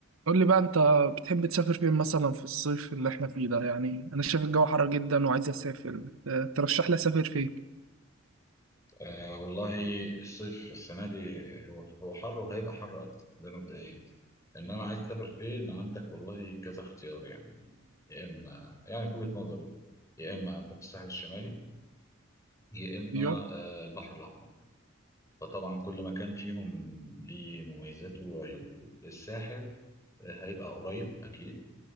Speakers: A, on the right; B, on the left.
A: قول لي بقى انت بتحب تسافر فين مثلا في الصيف اللي احنا فيه ده يعني انا شايف الجو حر جدا وعايز اسافر اه، ترشح لي اسافر فين
B: آه والله الصيف السنة دي هو هو حر وهيبقى حر أكتر ده مبدئيا إنما عايز تسافر فين عندك والله كذا اختيار يعني يا إما يعني في وجهة نظري يا إما هتروح الساحل الشمالي يا إما
A: ايوه
B: آه البحر الأحمر فطبعا كل مكان فيهم ليه مميزاته وعيوبه الساحل آه، هيبقى قريب أكيد